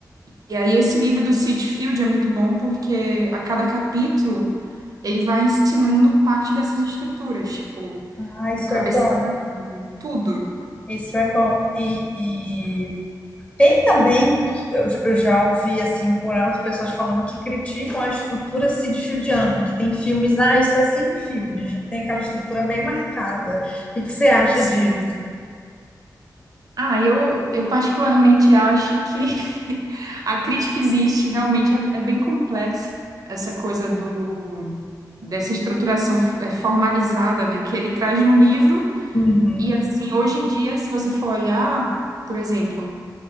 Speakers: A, on the right (about 60°); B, on the left (about 20°).
A: E aí, esse livro do Sid Field é muito bom porque a cada capítulo ele vai ensinando parte dessas estruturas, tipo
B: Ah, isso
A: o cabeçalho,
B: é bom,
A: tudo.
B: isso é bom. E, e tem também, que eu, eu já ouvi assim por alto pessoas falando que criticam a estrutura sidfieldiana, que tem filmes, ah, isso é Sidfield, já tem aquela estrutura bem marcada. O que que você acha
A: Sim.
B: disso?
A: Ah, eu, eu particularmente acho que <laughs> a crítica existe, realmente é, é bem complexo essa coisa do dessa estruturação eh, formalizada, né, que ele traz no livro.
B: Uhum,
A: E assim, hoje em dia, se você for olhar, por exemplo,